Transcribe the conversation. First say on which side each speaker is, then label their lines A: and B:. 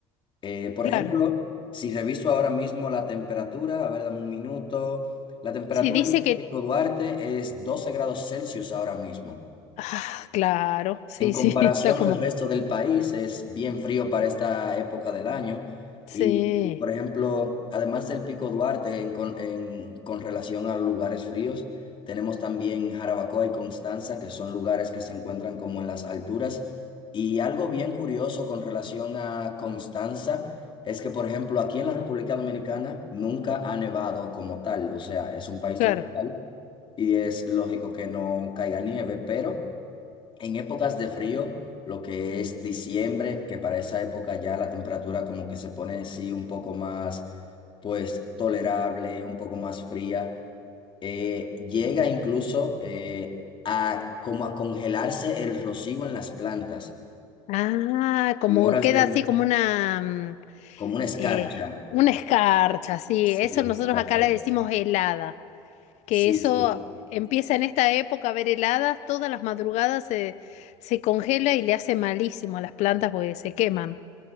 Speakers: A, on the left (about 40°); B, on the left (about 65°).
A: Eh, por
B: Claro.
A: ejemplo, si reviso ahora mismo la temperatura, a ver, dame un minuto. La temperatura
B: Sí, dice
A: en el
B: que...
A: Pico Duarte es 12 grados Celsius ahora mismo.
B: Ah, claro, sí,
A: En comparación
B: sí, <laughs> está como...
A: al resto del país, es bien frío para esta época del año.
B: Sí,
A: Y, por ejemplo, además del Pico Duarte, en con, en- con relación a lugares fríos, tenemos también Jarabacoa y Constanza, que son lugares que se encuentran como en las alturas. Y algo bien curioso con relación a Constanza es que, por ejemplo, aquí en la República Dominicana nunca ha nevado como tal. O sea, es un país
B: claro.
A: tropical y es lógico que no caiga nieve, pero... En épocas de frío, lo que es diciembre, que para esa época ya la temperatura como que se pone sí un poco más, pues, tolerable, un poco más fría, eh, llega incluso eh, a como a congelarse el rocío en las plantas,
B: Ah, como
A: en horas
B: queda
A: de la-
B: así como una, mm,
A: como una escarcha.
B: eh, una escarcha, sí.
A: Sí,
B: Eso
A: exacto.
B: nosotros acá le decimos helada, que
A: Sí,
B: eso
A: sí.
B: empieza en esta época a ver heladas, todas las madrugadas se, se congela y le hace malísimo a las plantas porque se queman.